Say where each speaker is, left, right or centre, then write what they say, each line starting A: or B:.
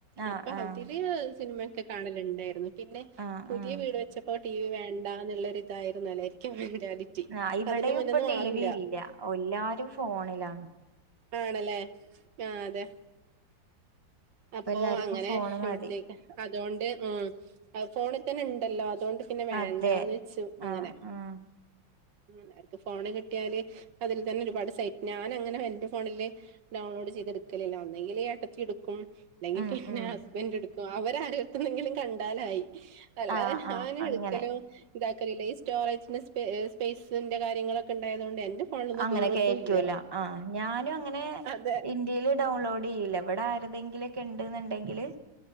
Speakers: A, on the right; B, on the right.
A: ആഹ്
B: അപ്പൊ
A: ആഹ്
B: അവതില് സിനിമ ഒക്കെ കാണലുണ്ടായിരുന്നു പിന്നെ
A: ആഹ്
B: പുതിയ
A: ആഹ്
B: വീട് വെച്ചപ്പോ ടി വി വേണ്ടാന്നുള്ളരി ഇതായിരുന്നല്ലോ എനിക്ക് പരാതി റ്റി
A: ആഹ് ഇവിടെയും
B: അതിന്റെ മുന്ന്ന്ന്
A: ഇപ്പൊ ടി
B: മാറൂല.
A: വി ഇല്ല എല്ലാരും ഫോണിലാണ്
B: ആണല്ലേ? ആഹ് അതെ.
A: ഇപ്പ
B: അപ്പോ
A: എല്ലാർക്കും
B: അങ്ങനെ
A: ഫോണ് മതി
B: ഇവിടത്തേക്ക്, അതുകൊണ്ട്, ഉം. ഫോണിൽ തന്നെ ഉണ്ടല്ലോ? അതുകൊണ്ട് പിന്നെ വേണ്ടാന്ന്
A: അതെ
B: വെച്ചു. അങ്ങനെ.
A: ആഹ് ആഹ്
B: ഉം ആർക്ക് ഫോണ് കിട്ടിയാല് അതില് തന്നെ ഒരുപാട് സൈറ്റ്, ഞാനങ്ങനെ എന്റെ ഫോണില് ഡൗൺലോഡ് ചെയ്തെട്ക്കലില്ലാ. ഒന്നെങ്കില് ഏട്ടത്തി എടുക്കും. അല്ലെങ്കി
A: ഉം
B: പിന്നെ
A: ഉം
B: ഹസ്ബന്റെട്ക്കും. അവരാരട്ത്തുന്നെങ്കിലും കണ്ടാലായി. അല്ലാതെ
A: ആഹ്
B: ഞാന്
A: ആഹ് അങ്ങനെ
B: എടുക്കലൂ ഇതാക്കലില്ല. ഈ സ്റ്റോറേജിന്റെ സ്പേസിന്റെ കാര്യങ്ങളൊക്കെ ഇണ്ടായതുകൊണ്ട് എന്റെ ഫോണിലൊന്നും
A: അങ്ങനെ
B: കേറത്തും
A: കേറ്റൂല
B: ഇല്ല
A: ആഹ്. ഞാനും അങ്ങനെ
B: അതെ
A: ഇന്ത്യേല് ഡൗൺലോഡ് ചെയ്യില്ല. ഇവടെ ഏതെങ്കിലൊക്കെ ഇണ്ട്ന്ന്ണ്ടെങ്കില്